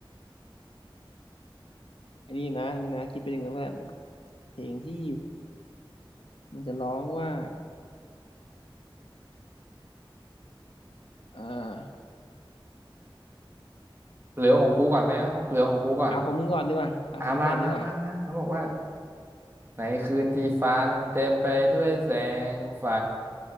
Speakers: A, on the left (about 80°); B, on the right (about 25°).
A: ไอ้นี่นะนงนะคิดไปหนึ่งนะเพื่อนเพลงที่มันจะร้องว่าอ่า
B: เหลือของกูก่อนไหมของเหลือของกูก่อน
A: เอาของมึงก่อนดีกว่าเอาของมึงก่อนดีกว่า
B: อ่ามามามามาเขาบอกว่าในคืนที่ฟ้านั้นเต็มไปด้วยแสงไฟ